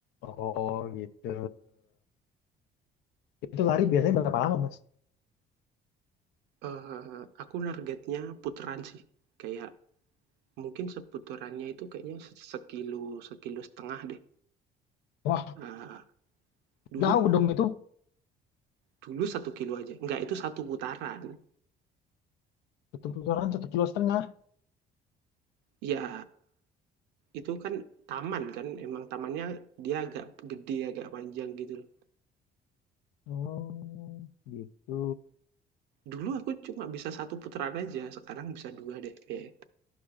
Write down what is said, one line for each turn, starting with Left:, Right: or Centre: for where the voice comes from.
Left: Oh, gitu. Itu lari biasanya berapa lama, Mas?
Right: Eee, aku targetnya putaran sih, kayak Mungkin seputarannya itu kayaknya sekilo, sekilo setengah deh,
Left: Wah,
Right: eee, dulu
Left: jauh dong itu.
Right: dulu satu kilo aja, enggak itu satu putaran.
Left: Satu putaran satu kilo setengah.
Right: ya itu kan taman kan, emang tamannya dia agak gede, agak panjang gitu loh.
Left: Oh, gitu.
Right: Dulu aku cuma bisa satu putaran aja, sekarang bisa 2 deh kayaknya,